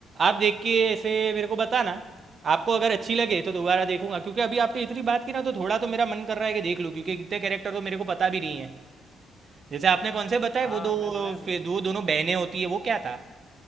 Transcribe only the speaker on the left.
हाँ
मैं मैं